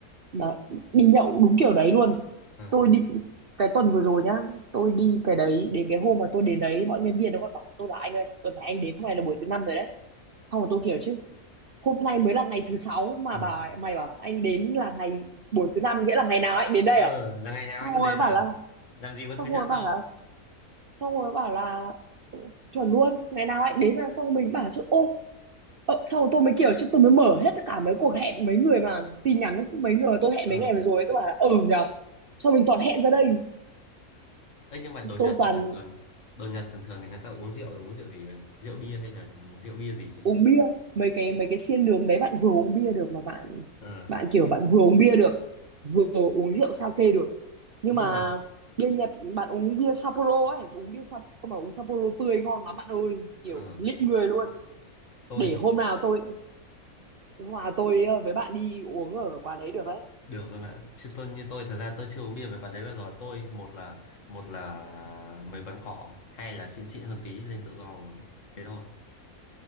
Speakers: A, on the right; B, on the left.
A: đó. đi nhậu đúng kiểu đấy luôn
B: ờ
A: tôi định cái tuần vừa rồi nhá tôi đi cái đấy đến cái hôm mà tôi đến đấy mọi nhân viên nó còn bảo tôi là anh ơi tuần này anh đến hôm nay là buổi thứ năm rồi đấy xong rồi tôi kiểu chứ hôm nay mới là ngày thứ sáu mà
B: ừ.
A: bà mày bảo anh đến là ngày buổi thứ năm nghĩa là ngày nào anh đến đây
B: ờ
A: à
B: là ngày nào
A: Xong
B: anh cũng
A: rồi
B: đến
A: bảo
B: à
A: là
B: làm gì có thứ
A: xong
B: nhất
A: rồi bảo
B: đâu
A: là xong rồi bảo là "Ừ, chuẩn luôn ngày nào anh đến là xong rồi mình bảo chứ ô ờ, xong rồi tôi mới kiểu chứ tôi mới mở hết tất cả mấy cuộc hẹn mấy người mà tin nhắn lúc- mấy người mà tôi hẹn mấy
B: ờ
A: ngày vừa rồi ấy, tôi bảo là ừ nhờ xong mình toàn hẹn ra đây
B: ấy nhưng mà đồ Nhật
A: tôi toàn
B: thì thường thường đồ Nhật thường thường thì người ta uống rượu là uống rượu gì vậy rượu bia hay là rượu bia gì ấy?
A: uống bia mấy cái mấy cái xiên đường đấy bạn vừa uống bia được mà bạn
B: ờ
A: bạn kiểu bạn vừa uống bia được vừa uống rượu sake được nhưng
B: nhưng
A: mà
B: mà
A: bia Nhật bạn uống bia Sapporo ấy uống bia Sapporo mà uống Sapporo tươi ngon lắm bạn ơi kiểu
B: ờ
A: lịm người luôn
B: tôi
A: để
B: thì
A: hôm nào tôi Hòa tôi ờ, với bạn đi uống ở quán đấy được đấy.
B: Được rồi bạn. Chứ tôi như tôi thật ra tôi chưa uống bia mấy quán đấy bao giờ. Tôi một là một là mấy quán cọ, hai là xịn xịn hơn tí lên tự do uống. Thế thôi.